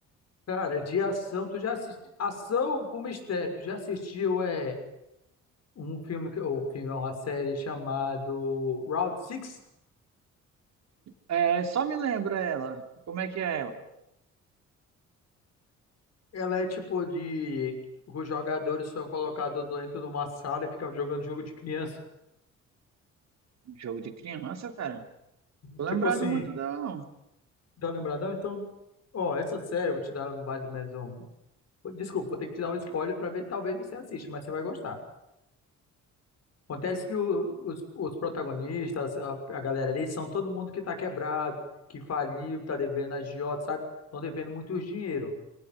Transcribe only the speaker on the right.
É, só me lembra ela. Como é que é ela?
Jogo de criança, cara. Tô
lembrado
muito dela, não.